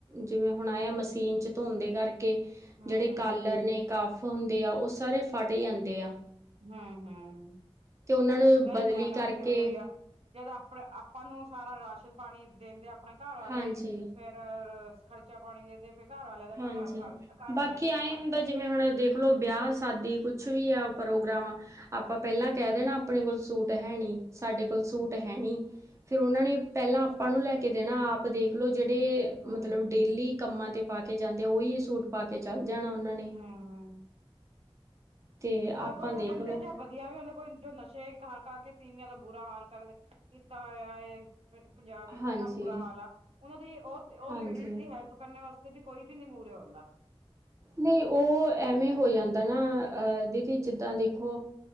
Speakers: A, on the right; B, on the right.
A: ਜਿਵੇਂ ਹੁਣ ਆਇਆ ਮਸ਼ੀਨ ਚ ਧੋਂਦੇ ਕਰਕੇ
B: ਹਮ
A: ਜੇੜੇ ਕੱਲ ਆਪਣੇ ਕਫ ਹੁੰਦੇ ਆ ਓ ਸਾਰੇ ਫਟ ਜਾਂਦੇ ਆ।
B: ਹੂੰ-ਹੂੰ
A: ਤੇ ਉਹਨਾਂ ਨੂੰ
B: ਨਈ
A: ਬਦਲੀ
B: ਲੈਣਾ
A: ਕਰਕੇ
B: ਵੀ ਜ਼ਰੂਰੀ ਆ। ਜਦ ਆਪਣੇ ਆਪਾਂ ਨੂੰ ਸਾਰਾ ਰਾਸ਼ਨ ਪਾਣੀ ਦਿੰਦੇ ਆਪਣੇ ਘਰਆਲੇ
A: ਹਾਂਜੀ।
B: ਫੇ ਰ-ਰ ਖਰਚਾ ਪਾਣੀ ਦਿੰਦੇ ਫ ਘਰ ਵਾਲਿਆਂ ਦਾ ਵੀ
A: ਹਾਂਜੀ
B: ਫਰ ਘਰ
A: ਬਾਕੀ
B: ਵਾਲਿਆਂ ਦਾ ਵੀ
A: ਐ
B: ਫਰਜ਼
A: ਹੁੰਦਾ
B: ਆ
A: ਜਿਵੇਂ ਹੁਣ ਦੇ ਖਲੋ ਵਿਆਹ-ਸ਼ਾਦੀ ਕੁਛ ਵੀ ਆ ਪ੍ਰੋਗਰਾਮ ਆਪਾਂ ਪੈਲਾਂ
B: ਹੂੰ
A: ਕੈ ਦੇਣਾ ਆਪਣੇ ਕੋਲ ਸੂਟ ਹੈਨੀਂ, ਸਾਡੇ ਕੋਲ ਸੂਟ
B: ਹੂੰ
A: ਹੈਨੀ ਫੇਰ ਓਨਾਂ ਨੇ ਪੈਲਾਂ ਆਪਾਂ ਨੂੰ ਲੈ ਕੇ ਦੇਣਾ ਆਪ ਦੇਖ ਲੋ ਜੇੜੇ
B: ਹੂੰ
A: ਮਤਲਬ ਡੇਲੀ ਕੰਮਾਂ ਤੇ ਪਾ ਕੇ ਜਾਂਦੇ ਆ ਓਈ ਸੂਟ ਪਾ ਕੇ ਚੱਲ ਜਾਣਾ ਓਨਾਂ ਨੇ
B: ਹੂੰ
A: ਤੇ ਆਪਾਂ
B: ਕੋਈ-ਕੋਈ ਤਾਂ
A: ਦੇਖ
B: ਬੰਦੇ
A: ਲਓ
B: ਚ ਬ ਵਧੀਆ ਵੀ <unintelligible> ਜੋ ਨਸ਼ੇ ਖਾ-ਖਾ ਕੇ ਤੀਵੀਆਂ ਦਾ ਬੁਰਾ ਹਾਲ ਕਰ ਕੀਤਾ ਹੋਇਆ ਏ। ਪੰਜਾਬ ਵਿੱਚ
A: ਹਾਂਜੀ
B: ਕਿੰਨਾ ਬੁਰਾ ਹਾਲ ਆ ਉਨਾਂ ਦੀ ਓ-ਓ
A: ਹਾਂਜੀ
B: ਲੇਡੀਜ਼ ਦੀ ਹੈਲਪ ਕਰਨੇ ਵਾਸ ਤੇ ਵੀ ਕੋਈ ਵੀ ਨੀ ਮੂਰੇ ਔਂਦਾ।
A: ਨਈ ਓ ਐਵੇਂ ਹੋ ਜਾਂਦਾ ਨਾ ਅ ਦੀਦੀ ਜਿੱਦਾਂ ਦੇਖੋ